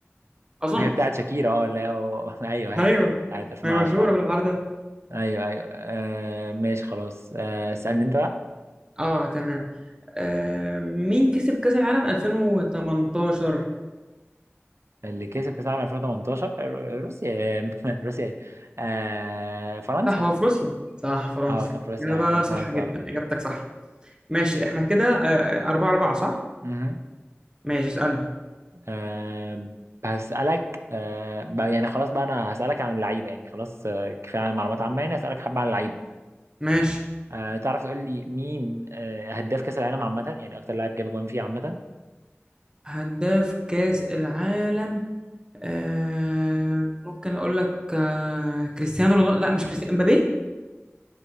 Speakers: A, on the right; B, on the right.
A: اظن
B: هي اه بتاعت شاكيرا اه لا هو- <laughs> أيوه هي
A: ايوه
B: بتاعت 2010
A: ما هي مشهورة بالحوار ده
B: ايوه ايوه آه ماشي خلاص آه اسالني انت بقى
A: اه تمام آه مين كسب كأس العالم 2018
B: اللي كسب كاس العالم 2018 رو- روسيا آه، <laughs> روسيا ايه آه فرنسا
A: صح هو في روسيا صح فرنسا
B: اه كان في روسيا
A: إجابة
B: اه
A: صح
B: فرنسا
A: جدا
B: اه
A: إجابتك صح ماشي احنا كده آه آه، أربعة أربعة صح
B: مهم.
A: ماشي اسألني
B: آه هسألك آه بقى- يعني خلاص بقى انا هسألك عن اللعيبة يعني خلاص آه، كفاية عن معلومات عامة يعني هسألك حبة عن اللعيبة
A: ماشي
B: آه تعرف تقول لي مين آه هداف كأس العالم عامة يعني اكتر لاعب جاب جوان فيه عامة
A: هداف كأس العالم آه ممكن اقول لك آه كريستيانو رونالدو لا مش كريستيانو امبابي